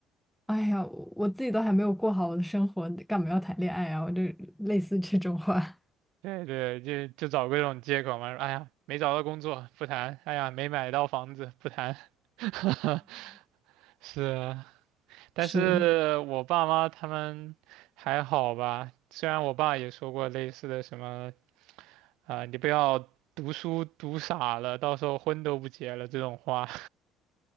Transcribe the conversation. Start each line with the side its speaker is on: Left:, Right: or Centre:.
Centre: 哎呀，我自己都还没有过好我的生活，干嘛要谈恋爱啊？我就类似这种话
Right: 对对，就就找各种借口嘛，说哎呀没找到工作不谈，哎呀没买到房子不谈。<laughs> 是啊，但是我爸妈他们还好吧，
Centre: 是，
Right: 虽然我爸也说过类似的什么啊、你不要读书读傻了，到时候婚都不结了这种话，